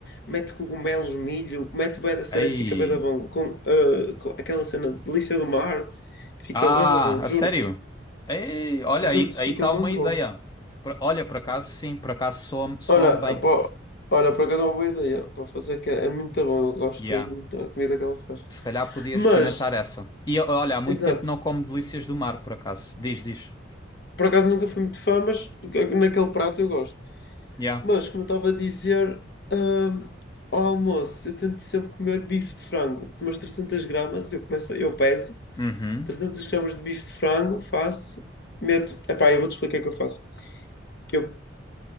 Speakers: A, on the left; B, on the left.
A: mete cogumelos, milho, mete bué da cera,
B: Ei.
A: fica bué da bom. Com, ah, com aquela cena de delícia do mar, fica
B: Ah,
A: bué da bom, juro-te.
B: a sério? Ei, olha,
A: Juro-te,
B: aí aí
A: fica
B: está
A: mesmo
B: uma ideia.
A: bom.
B: Por- olha, por acaso sim, por acaso soa-me soa-me
A: Olha,
B: bem.
A: pá, olha, por acaso é uma boa ideia para fazer, que é, é muito bom, eu gosto
B: Yeah.
A: mesmo da comida que ela faz.
B: Se calhar podia
A: Mas,
B: experimentar essa. E olha, há muito
A: exato.
B: tempo não como delícias do mar, por acaso. Diz, diz.
A: Por acaso nunca fui muito fã, mas naquele prato eu gosto.
B: Yeah.
A: Mas, como eu estava a dizer, hum, ao almoço eu tento sempre comer bife de frango, umas 300 gramas, eu começo, a- eu peso
B: Uhum,
A: 300 gramas de bife de frango, faço, meto, epá, eu vou-te explicar o que eu faço. Eu,